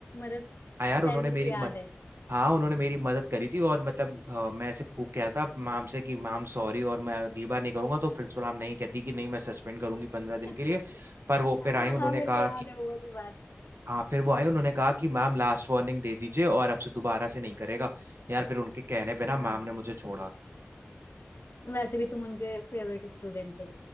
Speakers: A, on the left; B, on the right.
A: मदद
B: हाँ यार उन्होंने
A: शायद मेरे
B: मेरी
A: को याद
B: मद हाँ उन्होंने मेरी मदद करी थी और मतलब अ, मैं ऐसे खूब कहता मैम से कि मैम सॉरी और मैं अगली बार नहीं करूंगा तो प्रिंसिपल मैम नहीं कहती कि नहीं मैं सस्पेंड करूंगी पंद्रह दिन
A: है <laughs>
B: के लिए पर वो फिर
A: हाँ
B: आई उन्होंने
A: हाँ मेरे
B: कहा
A: को याद है वो वाली बात
B: हाँ फिर वो आई उन्होंने कहा कि मैम लास्ट वार्निंग दे दीजिए और अब से दोबारा से नहीं करेगा यार फिर उनके कहने पे ना मैम
A: हाँ
B: ने मुझे छोड़ा
A: वैसे भी तुम उनके फेवरेट स्टूडेंट थे